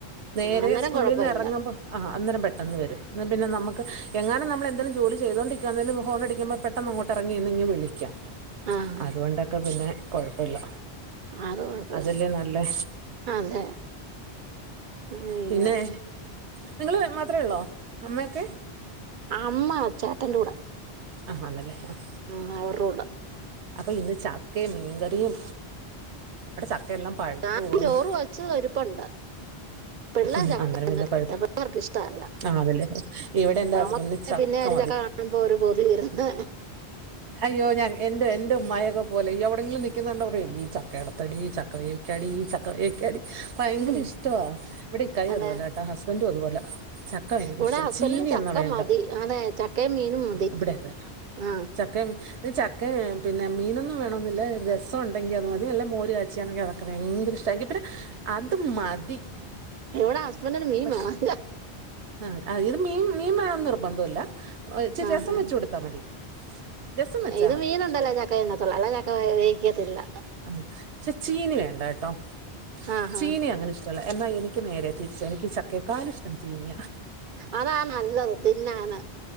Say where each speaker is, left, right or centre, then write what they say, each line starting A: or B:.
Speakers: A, on the right (about 85°); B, on the right (about 55°).
A: നേരെ
B: അന്നേരം കൊഴപ്പ ഇല്ല
A: ആഹ് അന്നേരം പെട്ടന്ന് വരും ന്നാ പിന്നെ നമുക്ക് എങ്ങാനം നമ്മളെന്തേലും ജോലി ചെയ്തൊണ്ടിരിക്കാന്നേലും ഹോണടിക്കുമ്പം പെ ട്ടെന്ന് അങ്ങോട്ട് എറങ്ങി നിന്ന് ഇങ്ങ് വിളിക്കാം
B: ആഹ്
A: അതുകൊണ്ടൊക്കെ പിന്നെ കൊഴപ്പയില്ല
B: അത് കൊഴപ്പ
A: അതല്ലേ
B: ഇല്ല
A: നല്ലേ
B: അതെ അയ്യോ
A: പിന്നെ നിങ്ങള് മാത്രേ ഉള്ളോ അമ്മയൊക്കെ
B: അമ്മ ചേട്ടന്റെ കൂടെ
A: ആഹ് ആന്നല്ലേ ആഹ്
B: ഉം അവർടെ കൂടാ
A: അപ്പൊ ഇന്ന് ചക്കയും മീൻകറിയും വിടെ ചക്കയെല്ലാം പഴുത്തു
B: ഞാനും
A: പോകുന്നു
B: ചോറ് വെച്ചത്‌ ഇരിപ്പുണ്ട് പിള്ള
A: ഉം
B: ചക്ക
A: അന്നേരം
B: തിന്ന
A: പിന്നെ കുഴ
B: പിള്ളേർക്ക് ഇഷ്ടല്ല
A: ആണല്ലേ ഇവിടെ എന്റെ
B: നമുക്ക്
A: ഹസ്ബൻഡിന്
B: പിന്നെ ഒരു
A: മതി
B: ചക്ക കാണ്മ്പോ ഒരു കൊതി ഇരുന്ന്
A: അയ്യോ ഞാൻ എന്റെ എന്റെ ഉമ്മായെക്കെ പോലെ എവിടെങ്കിലും നിക്കുന്ന കണ്ട പറയും ഈ ചക്കേടത്താടി ചക്ക വേവിക്കാടി ഈ ചക്ക വേവിക്കാടി ഭയങ്കര
B: ഉം
A: ഇഷ്ടവ ഇവിടെ ഇക്കായും
B: അതെ
A: അതുപോലെട്ടാ ഹസ്ബൻറ്റും അതുപോലെ ഭയങ്കര
B: ഇവിടെ
A: ഇഷ്ട
B: ഹസ്ബൻഡന്
A: ചീനി
B: ചക്ക
A: എന്നാ വേണ്ട
B: മതി. അതെ ചകേ മീനും മതി
A: ഇവിടെ തന്നെ
B: ആ
A: ചക്ക ചക്ക പിന്നെ മീനൊന്നും വേണമെന്നില്ല രസം ഉണ്ടെങ്കിൽ അത് മതി അല്ലേ മോര് കാച്ചാണെങ്കിൽ അതൊക്ക ഭയങ്കര ഇഷ്ടമാക്കി പിന്നെ അത് മതി
B: ഇവിടെ ഹസ്ബൻഡിന് മീൻ
A: പക്ഷ
B: വേണം
A: ആ അ ഇത് മീൻ മീൻ ബന്ധല്ല ഇച്ചിരി
B: ആ
A: രസം
B: ആ
A: വെച്ചു കൊടുത്താൽ മതി രസം വെച്ചാ
B: ഇത്
A: മതി
B: മീനണ്ടല്ലോ ചക്ക നിന്നത്തുള്ള അല്ല ചക്ക വേവിക്കത്തില്ല
A: ആ പക്ഷെ ചീനി വേണ്ട കേട്ടോ
B: ആ
A: ചീനി
B: ആ
A: അങ്ങനെ ഇഷ്ട എന്നാ എനിക്ക് നേരെ തിരിച്ചാ എനിക്ക് ഈ ചക്കക്കാലിഷ്ടം ചീഞ്ഞിയ
B: അതാ നല്ലത് തിന്നാനെ